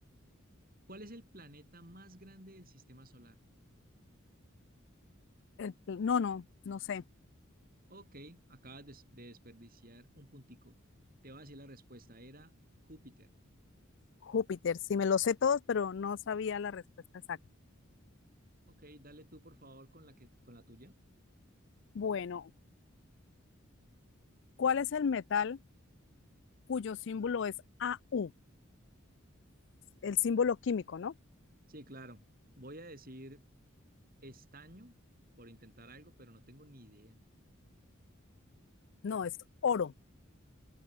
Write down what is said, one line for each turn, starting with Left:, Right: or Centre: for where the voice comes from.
Right: ¿Cuál es el planeta más grande del sistema solar?
Left: el pl- no, no, no sé.
Right: Ok, acabas des- de desperdiciar un puntico. Te voy a decir la respuesta, era Júpiter.
Left: Júpiter, sí me lo sé todos, pero no sabía la respuesta exacta.
Right: Ok, dale tú por favor con la que, con la tuya.
Left: Bueno, ¿cuál es el metal? cuyo símbolo es AU, el símbolo químico, ¿no?
Right: Sí, claro. Voy a decir estaño por intentar algo, pero no tengo ni idea.
Left: No, es oro.